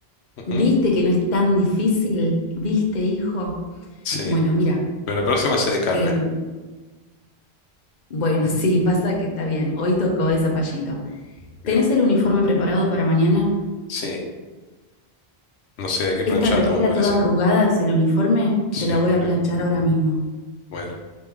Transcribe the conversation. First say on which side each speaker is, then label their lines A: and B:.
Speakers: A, on the left; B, on the left.
A: Ujú,
B: ¿Viste que no es tan difícil? ¿Viste, hijo?
A: Sí,
B: Bueno, mira,
A: pero la próxima sé de carne.
B: eh, Bueno, <laughs> sí, pasa que está bien. Hoy tocó de zapallito.
A: Bien.
B: ¿Tenés el uniforme preparado para mañana?
A: Sí, no sé, hay que plancharlo,
B: Esta remera
A: me parece.
B: toda arrugada es el uniforme.
A: Sí,
B: Te la voy
A: por
B: a planchar
A: eso.
B: ahora mismo.
A: Bueno,